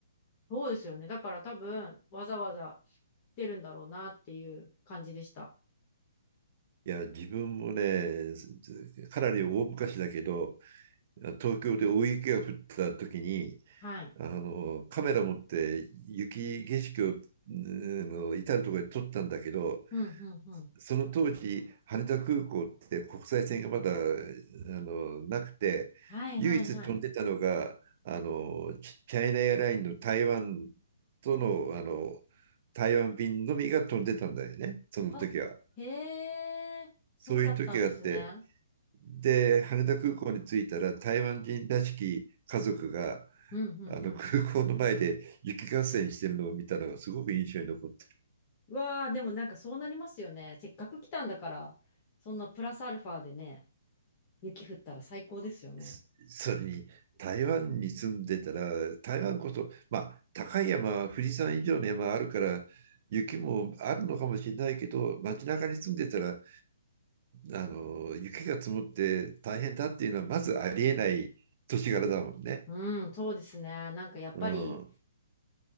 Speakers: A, on the left (about 35°); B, on the right (about 45°).
A: そうですよね。だから多分、わざわざ来てるんだろうなっていう感じでした。
B: いや、自分もね、かなり大昔だけど、東京で大雪が降った時に
A: はい。
B: あのカメラ持って雪景色をの至る所で撮ったんだけど
A: うんうんうん。
B: その当時羽田空港って国際線がまだあのなくて唯一飛んでたのがあのチチャイナエアラインの台湾
A: はいはいはい。
B: との、あの台湾便のみが飛んでたんだよねその時は。
A: あ、へえ、そうだったんですね。
B: そういう時があってで羽田空港に着いたら台湾人らしき家族が
A: うん、うん、
B: あの空港の前で雪合戦してるのを見たのがすごく印象に残って
A: うん。うわあ、でもなんかそうなりますよね。せっかく来たんだから、そんなプラスアルファでね、雪降ったら最高ですよね。
B: るすそれに台湾に住んでたら台湾こそまあ高い山富士山以上の山あるから雪もあるのかもしれないけど街中に住んでたらあの雪が積もって大変だっていうのはまずありえない年柄だもんね。
A: うん、そうですね。なんかやっぱり、
B: うん、うん、